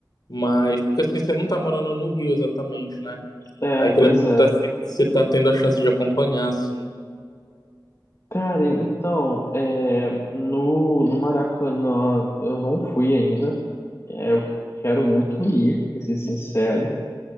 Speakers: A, on the left (about 60°); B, on the left (about 40°).
A: mais, porque assim, você não tá morando no Rio exatamente, né?
B: É,
A: Aí queria
B: pois
A: É. perguntar
B: é.
A: se você tá tendo a chance de acompanhar, assim,
B: Cara, então, é, no, no Maracanã eu não fui ainda. É, eu quero muito ir, pra ser sincero.